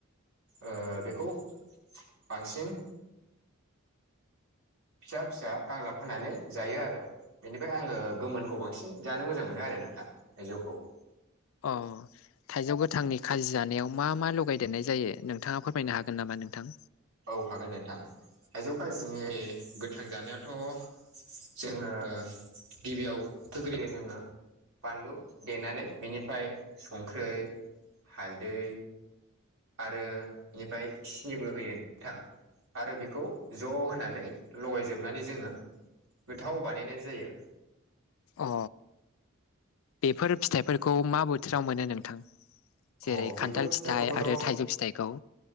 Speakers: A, on the right; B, on the left.
A: ओ बेखौ बांसिन फिसा फिसा गांलाब हानानै जायो आरो बेनिफ्राय आङो गोमोनखौ बांसिन जानो मोजां मोनो आरो नोंथां थायजौखौ
B: अ। थाइजौ गोथांनि खाजि जानायाव मा मा लगायदेरनाय जायो नोंथाङा फोरमायनो हागोन नामा नोंथां।
A: औ हागोन नोंथां थाइजौ खाजिनि गोथां जानायाथ'। जोङो गिबियाव थोग्रोयो जोङो। बानलु देनानै बेनिफ्राय संखै हालदै। आरो बेनिफ्राय सिनिबो होयो गोथां। आरो बेखौ ज' होनानै लगायजोबनानै जोङो। गोथाव बानायनाय जायो।
B: अ बेफोर फिथाइफोरखौ मा बोथोराव मोनो नोंथां। जेरै
A: अ बेफोर
B: खान्थाल
A: फिथाइफोरखौथ'
B: फिथाइ आरो थाइजौ फिथाइखौ।